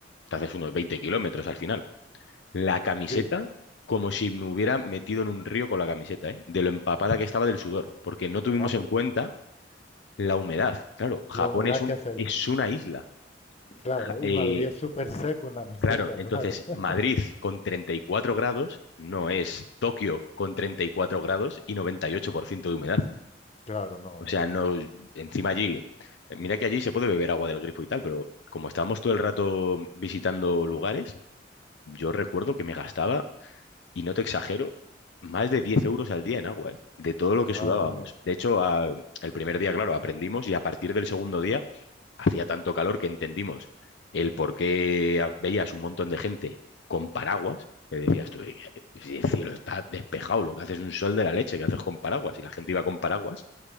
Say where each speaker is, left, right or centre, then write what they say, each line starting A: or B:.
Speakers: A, on the left; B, on the left.
A: te haces unos veinte kilómetros al final la camiseta
B: Sí,
A: como si me hubiera metido en un río con la camiseta, ¿eh? De lo empapada que estaba del sudor, porque no tuvimos
B: ah, porque
A: en cuenta la humedad. Claro, Japón
B: la humedad
A: es un,
B: que hace ahí,
A: es una isla.
B: claro,
A: Ja- eh,
B: y Madrid es súper seco en la meseta,
A: claro, entonces
B: claro. <laughs>
A: Madrid con 34 grados no es Tokio con 34 grados y 98% de humedad.
B: Claro, no,
A: O
B: no.
A: sea, no, encima allí, mira que allí se puede beber agua del grifo y tal, pero como estábamos todo el rato visitando lugares, yo recuerdo que me gastaba y no te exagero, más de 10 euros al día en agua, ¿eh? De todo lo que
B: Madre
A: sudábamos.
B: mía.
A: De hecho, a- el primer día, claro, aprendimos y a partir del segundo día hacía tanto calor que entendimos el por qué a- veías un montón de gente con paraguas, que decías tú, "Eh, si el cielo está despejado, lo que haces es un sol de la leche, qué haces con paraguas? Y la gente iba con paraguas.